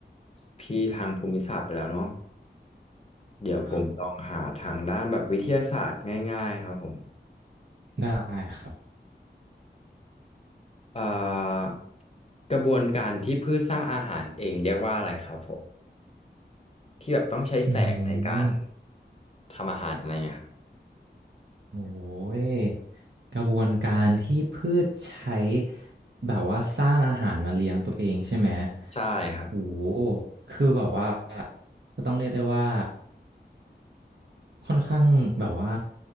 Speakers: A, on the left; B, on the right.
A: พี่ทางภูมิศาสตร์ไปแล้วเนาะเดี๋ยวผมลองหาทางด้านแบบวิทยาศาสตร์ง่ายๆครับผม
B: กลับได้ครับ
A: เอ่อกระบวนการที่พืชสร้างอาหารเองเรียกว่าอะไรครับผม ที่แบบต้องใช้แสงในการ
B: อืม
A: ทำอาหารอะไรเงี้ยครับ
B: โอ้ยกระบวนการที่พืชใช้แบบว่าสร้างอาหารมาเลี้ยงตัวเองใช่ไหม
A: ใช่ครับ
B: โอ้โหคือแบบว่าก็ต้องเรียกได้ว่าค่อนข้างแบบว่า